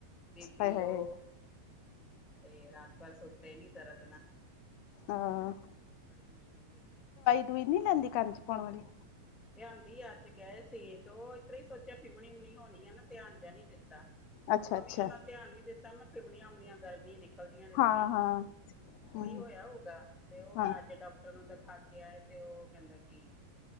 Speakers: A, in the centre; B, on the left.
A: ਬੀਪੀ
B: ਹਾਏ ਹਾਏ
A: ਲੋਅ ਤੇ ਰਾ ਸੁੱਤੇ ਨੀ ਤਰਦਨ
B: ਹਾਂ
A: ਬੜੀ ਮੁਸ਼ਕਿਲ ਹੋਈ ਪਈ
B: ਦੂਈ ਨੀ ਲੈਂਦੀ ਕੰਨ ਚ ਪਾਉਣ ਵਾਲੀ।
A: ਲਿਆਂਦੀ ਅੱਜ ਗਏ ਸੀ, ਤੇ ਉਹ ਇਤਰੀ ਸੋਚਿਆ ਫਿਮਣੀ ਉਮਣੀ ਹੋਣੀ ਆ ਨਾ ਧਿਆਨ ਜਿਹਾ ਨੀ ਦਿੱਤਾ,
B: ਅੱਛਾ
A: ਮੰਮੀ
B: ਅੱਛਾ।
A: ਉਹਨਾ ਧਿਆਨ ਨੀ ਦਿੱਤਾ, ਮੈਂ ਫਿਮਣੀਆਂ ਅਮਣੀਆਂ ਗਰਮੀ ਨੇ ਨਿਕਲਦੀਆਂ ਰਹਿੰਦੀਆਂ
B: ਹਾਂ
A: ਵਾ
B: ਹਾਂ ਹੂੰ
A: ਓਹੀ ਹੋਇਆ ਹੋਊਗਾ, ਤੇ ਉਹ
B: ਹਾਂ
A: ਹੁਣ ਅੱਜ ਡਾ ਡਾਕਟਰ ਨੂੰ ਦਿਖਾ ਕੇ ਆਏ, ਤੇ ਉਹ ਕਹਿੰਦਾ ਕੀ